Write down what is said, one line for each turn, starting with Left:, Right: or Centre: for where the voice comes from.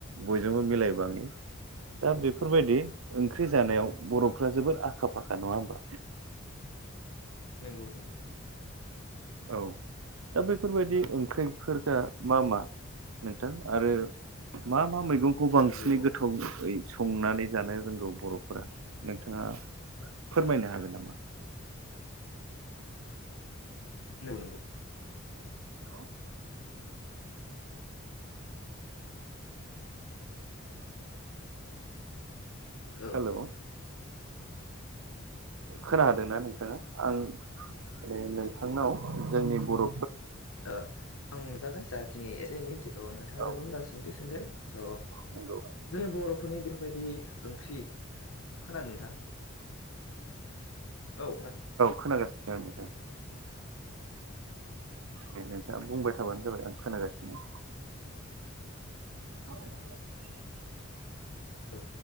Right: बयजोंबो मिलायबाङै। दा बेफोर बायदि ओंख्रि जानायाव बर'फ्रा जोबोर आखा फाखा नङा होमबा। <inaudible>
Left: नंगौ नंगौ।
Right: औ दा बेफोर बायदि ओंख्रिफोरा मा मा? नोंथां आरो मा मा मैगंखौ बांसिनै
Left: नंगौ औ
Right: गोथाव संनानै जानो रोंगौ बर'फोरा नोंथाङा फोरमायनो हागोन नामा।
Left: नंगौ नंगौ।
Right: औ।
Left: औ
Right: हेल'।
Left: ओ
Right: खोना हादोंना नोंथाङा आं माने नोंथांनाव जोंनि बर'
Left: आं जागोन जाखिनि एसे निन्थि' नोंथाङा
Right: औ
Left: जोबोर मोजां सोंथि सोंदों स'
Right: नंगौ
Left: जों बर'फ बेफोरबायदि ओंख्रि खोनादों नोंथां। औ खोनादों।
Right: खोनागासिनो औ नोंथां दे नोंथाङा बुंबाय थाबानो जाबाय आं खोनागासिनो। <unintelligible>
Left: औ।